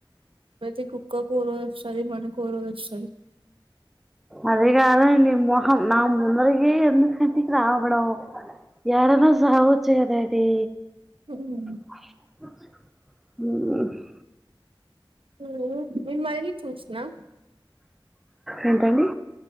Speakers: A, on the right; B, in the centre.
A: ప్రతి కుక్క కుక్క కో రోజు వస్తాది. మన కో రోజు వస్తాది.
B: అదే కాదాండి మొహం నా ముందరకి ఎందుకండీ రావడం యాడన్న సావొచ్చు కదేటి.
A: సిటీలోనే
B: ఉ <inaudible>
A: మ్ హు మిమ్మల్ని చూసినా
B: ఏంటండీ?